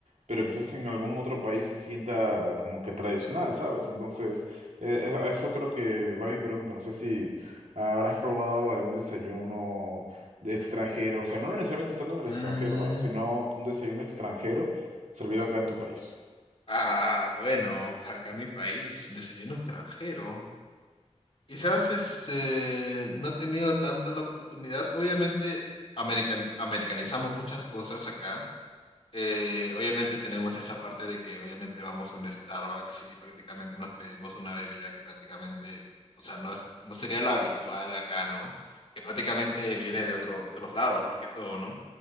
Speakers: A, on the right; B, on the left.
A: pero quizás en algún otro país se sienta como que tradicional, ¿sabes? Entonces, eh, eh, a eso creo que va mi pregunta. No sé si habrás probado algún desayuno de extranjero, o sea, no necesariamente estando en el
B: Mm,
A: extranjero, ¿va? Sino un desayuno extranjero servido acá en tu país.
B: ah, bueno, acá en mi país, desayuno extranjero. Quizás este, no he tenido tanto la oportunidad. Obviamente, american- americanizamos muchas cosas acá. Eh, obviamente tenemos esa parte de que obviamente vamos a un Starbucks y prácticamente nos pedimos una bebida que prácticamente, o sea, no es, no sería la habitual acá, ¿no? Que prácticamente viene de otro, de otros lados más que todo, ¿no?